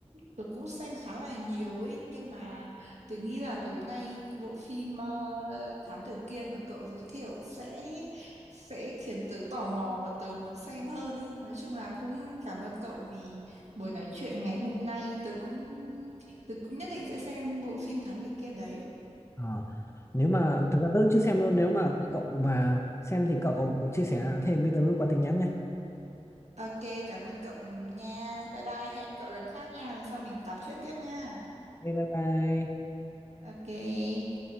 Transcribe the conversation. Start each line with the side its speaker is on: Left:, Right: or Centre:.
Right: tớ cũng xem khá là nhiều ấy nhưng mà tớ nghĩ là tối nay bộ phim ờ, Thám Tử Kiên mà cậu giới thiệu sẽ sẽ khiến tớ tò mò và tớ muốn xem hơn ý nói chung là cũng cảm ơn cậu vì buổi nói chuyện ngày hôm nay tớ cũng tớ cũng nhất định sẽ xem bộ phim Thám Tử Kiên đấy
Left: Ờ. Nếu mà thực ra tớ cũng chưa xem luôn nếu mà cậu mà xem thì cậu chia sẻ thêm với tớ qua tin nhắn nha.
Right: ok cảm ơn cậu nha bye bye hẹn cậu lần khác nha lần sau mình tám chuyện tiếp nha
Left: Ok, bye bye.
Right: ok